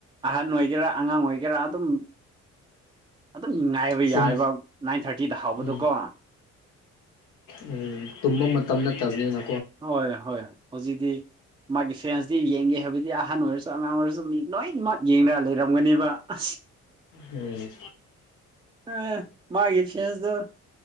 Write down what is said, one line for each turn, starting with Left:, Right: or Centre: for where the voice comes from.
Right: ꯑꯍꯟ ꯑꯣꯏꯒꯦꯔꯥ ꯑꯉꯥꯡ ꯑꯣꯏꯒꯦꯔꯥ ꯑꯗꯨꯝ ꯑꯗꯨꯝ ꯉꯥꯏꯕ
Left: ꯇꯨꯝ
Right: ꯌꯥꯏꯕ ꯅꯥꯏꯟ ꯊꯥꯔꯇꯤꯗ ꯍꯧꯕꯗꯨ
Left: ꯎꯝ
Right: ꯀꯣ
Left: ꯎꯝ ꯇꯨꯝꯕ ꯃꯇꯝ ꯅꯠꯇꯕꯅꯤꯅ
Right: ꯍꯣꯏ ꯍꯣꯏ ꯍꯧꯖꯤꯛꯇꯤ ꯃꯥꯒꯤ ꯐꯦꯟꯁꯇꯤ ꯌꯦꯡꯒꯦ ꯍꯥꯏꯕꯗꯤ ꯑꯍꯟ ꯑꯣꯏꯔꯁꯨ ꯑꯉꯥꯡ ꯑꯣꯏꯔꯁꯨ ꯃꯤ ꯂꯣꯏꯅꯃꯛ ꯌꯦꯡꯅ ꯂꯩꯔꯝꯒꯅꯦꯕ ꯑꯁ
Left: ꯎꯝ
Right: ꯑ ꯃꯥꯒꯤ ꯐꯦꯟꯁꯇꯣ